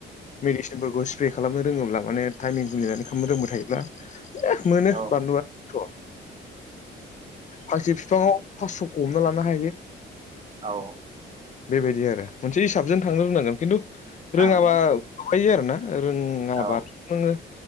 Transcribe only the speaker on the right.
औ
औ
थांनांगोन
औ